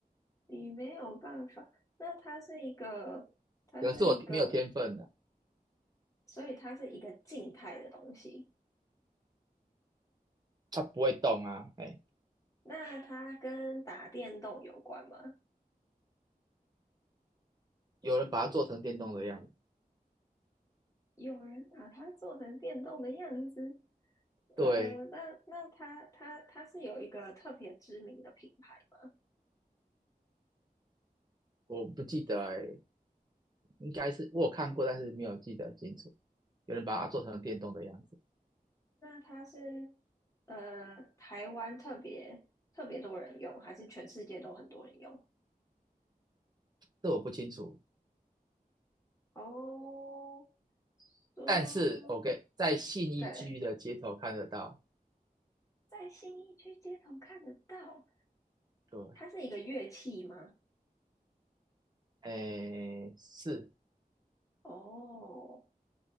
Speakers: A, on the left (about 20°); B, on the right (about 25°).
A: 你没有办法，那它是一个，它是一个，
B: 可能是我没有天分的，啊
A: 所以它是一个静态的东西。
B: 它不会动啊。哎，
A: 那它跟打电动有关吗？
B: 有人把它做成电动的样子，
A: 有人把它做成电动的样子，呃，
B: 对，
A: 那那它它它是有一个特别知名的品牌吗？
B: 我不记得哎，欸应该是我有看过，但是没有记得清楚。有人把它做成电动的样子，
A: 那它是呃台湾特别特别多人用，还是全世界都很多人用？
B: 这我不清楚。
A: 哦，说
B: 但是 OK，在信义区的街头看得到，
A: 对，在新义区街头看得到，
B: 对，
A: 它是一个乐器吗？
B: 哎，是
A: 哦，